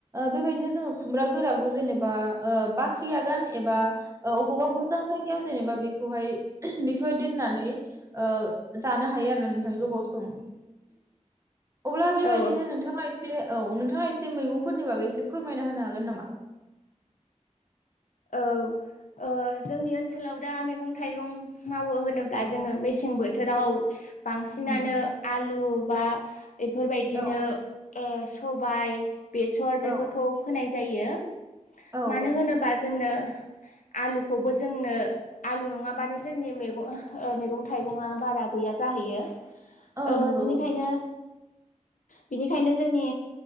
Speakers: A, on the right (about 25°); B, on the left (about 85°).
A: बेबायदिनो जोंङो खुमब्रा गोराखौ जेनेबा ओ बाख्रि आगान एबा अबावबा मोजां जायगायाव जेनेबा बेखौहाय बेखौहाय दोननानै ओ जानो हायो आरो ना नोंथां गोबाव सम अब्ला बेबायदिनो
B: औ
A: नोंथाङा एसे औ नोंथां नोंथाङा एसे मैगंफोरनि बागै एसे फोरमायना होनो हागोन नामा?
B: औ ओ जोंनि ओनसोलाव दा मैगं थाइगं मावो होनोब्ला
A: औ
B: जोङो मेसें बोथ थोराव बांसिनानो
A: उम
B: आल लु बा बेफोरबायदिनो
A: औ
B: ओ सबाय, बेसर
A: औ
B: बेफोरखौ फोनाय जायो।
A: औ
B: मानो होनोबा जोंनो आलुखौबो जोंनो आलु नङाबानो जोंनि मैगं ओ मैगं थाइगंआवबारा गैया जाहैयो।
A: औ
B: ओ
A: नंगौ
B: बिनिखायनो बिनिखायनो जोंनि